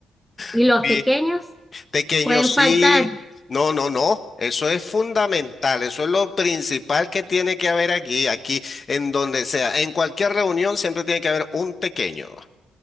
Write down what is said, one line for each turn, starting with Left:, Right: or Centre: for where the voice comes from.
Centre: ¿Y
Left: <laughs>
Centre: los pequeños?
Left: Pequeño
Centre: Pueden
Left: sí,
Centre: faltar.
Left: no, no, no. Eso es fundamental, eso es lo principal que tiene que haber aquí, aquí, en donde sea, en cualquier reunión siempre tiene que haber un pequeño.